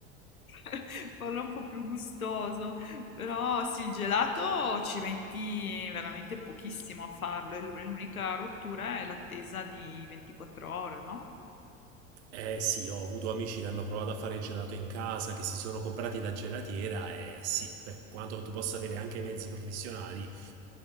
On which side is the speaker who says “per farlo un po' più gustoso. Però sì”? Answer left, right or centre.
Left